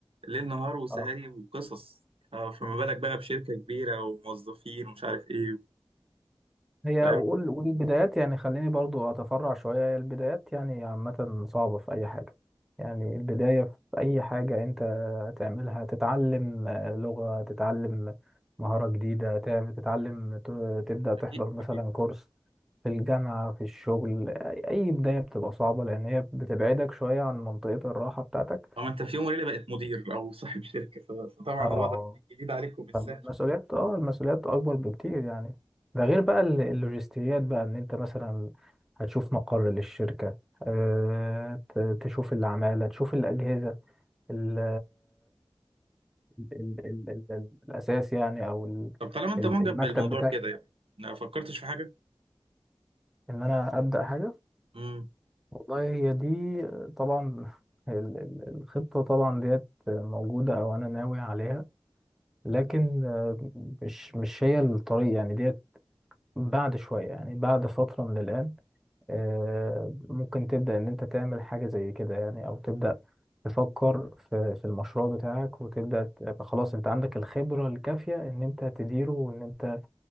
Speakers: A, on the right; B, in the centre.
A: ليل نهار وسهري
B: أه
A: وقصص ف- فما بالك بقى بشركة كبيرة وموظفين ومش عارف ايه
B: هي
A: فاهم
B: وال- والبدايات يعني خليني برضو أتفرع شوية هي البدايات يعني عامة صعبة في أي حاجة يعني البداية في أي حاجة أنت تعملها تتعلم آه، لغة تتعلم مهارة جديدة تعمل- تتعلم ت- تبدأ تحضر
A: أكيد
B: مثلا
A: أكيد
B: كورس في الجامعة في الشغل أي أي بداية بتبقى صعبة لأن هي بتبعدك شوية عن منطقة الراحة بتاعتك
A: طبعا انت في يوم وليلة بقيت مدير أو صاحب شركة ف- فطبعا
B: اه
A: الوضع جديد عليكم مش سهل
B: المسؤوليات اه المسؤوليات اكبر بكتير يعني ده غير بقى ال- اللوجستيات بقى ان انت مثلا هتشوف مقر للشركة آه، ت- تشوف العمالة تشوف الأجهزة ال ال ال ال ال الأساس يعني أو ال-
A: طب طالما انت
B: ال-
A: معجب
B: المكتب
A: بالموضوع
B: بتاعي
A: كده يعني ما فكرتش في حاجة؟
B: إن أنا أبدأ حاجة
A: مم.
B: والله هي دي طبعا <laughs> ال- ال- الخطة طبعا ديت موجودة أو أنا ناوي عليها لكن آه، مش مش هي الطريق يعني ديت بعد شوية يعني بعد فترة من الآن آه، ممكن تبدأ إن أنت تعمل حاجة زي كده يعني أو تبدأ تفكر في في المشروع بتاعك وتبدأ تبقى خلاص أنت عندك الخبرة الكافية إن أنت تديره وإن أنت